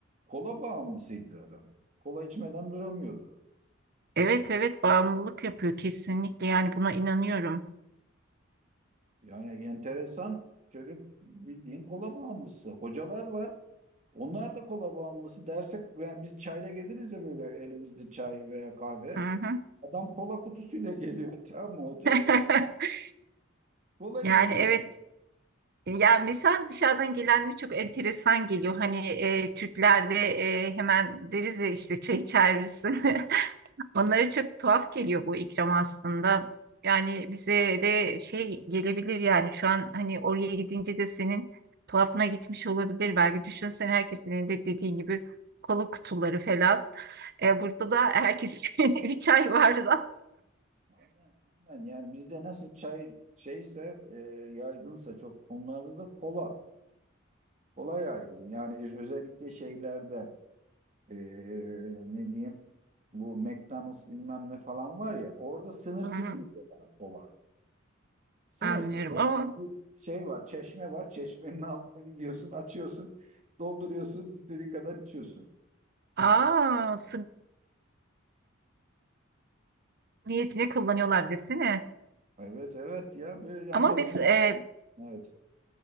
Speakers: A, on the right (about 35°); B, on the right (about 50°).
A: Kola bağımlısıydı adam. Kola içmeden duramıyordu.
B: Evet evet bağımlılık yapıyor kesinlikle. Yani buna inanıyorum.
A: Yani enteresan çocuk bildiğin kola bağımlısı. Hocalar var. Onlar da kola bağımlısı. Derse yani biz çayla geliriz ya böyle elimizde çay veya kahve.
B: Hı hı.
A: Adam kola kutusuyla geliyor. <laughs> Tamam mı hoca?
B: <laughs>
A: Kola
B: Yani
A: içiyor.
B: evet.
A: yani.
B: Yani mesela dışarıdan gelenler çok enteresan geliyor. Hani e, Türklerde e, hemen deriz ya işte çay içer misin? <laughs> Onlara çok tuhaf geliyor bu ikram aslında. Yani bize de şey gelebilir yani şu an hani oraya gidince de senin tuhafına gitmiş olabilir. Belki düşünsen herkesin de dediğin gibi kola kutuları falan. E, burada da herkes <laughs> bir çay vardı.
A: Aynen, aynen. Yani bizde nasıl çay şeyse e, yaygınsa çok onlarda da kola. Kola yaygın. Yani öz- özellikle şeylerde e, ne diyeyim bu McDonald's bilmem ne falan var ya orada sınırsız
B: Hı hı,
A: mesela kola. Sınırsız.
B: Anlıyorum
A: Orada
B: ama
A: bir şey var, çeşme var. Çeşmenin altına gidiyorsun, açıyorsun, dolduruyorsun, istediğin kadar içiyorsun.
B: aa su niyetine kullanıyorlar desene.
A: Evet, evet ya. böyle Yani
B: Ama
A: onlar
B: biz e,
A: da... Evet.